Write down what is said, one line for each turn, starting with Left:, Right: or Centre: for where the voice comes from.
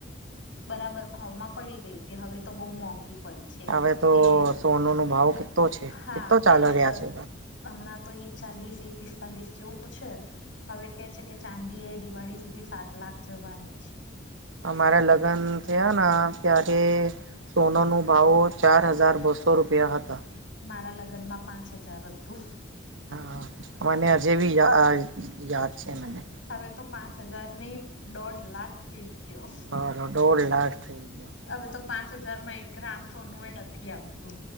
Left: બરાબર ભાવમાં પડી ગઈ હતી હવે તો બહુ મોંઘી પડી છે
Right: હવે તો
Left: એ
Right: સોનો નો ભાવ કેટલો છે
Left: હા
Right: કેટલો
Left: પેલા
Right: ચાલી રહ્યા
Left: દસ
Right: છે
Left: હમણાં તો એક ચાલીસ એક પિસ્તાલીસ જેવું છે હવે કે છે કે ચાંદી એ દિવાળી સુધી સાત લાખ જવાની છે.
Right: અમારા લગ્ન થયાના ત્યારે સોનાનો ભાવો ચાર હજાર બસો રૂપિયા હતા
Left: મારા લગ્નમાં પાંચ હજાર હતું.
Right: હા હા કોને હજેવી યા યાદ છે મને.
Left: હવે તો પાંચ હજાર નઈ દોઢ લાખ થઈ ગયો.
Right: મારો દોઢ લાખ થઈ ગયો.
Left: હવે તો પાંચ હજારમાં એક ગ્રામ સોનું એ નથી આવતું.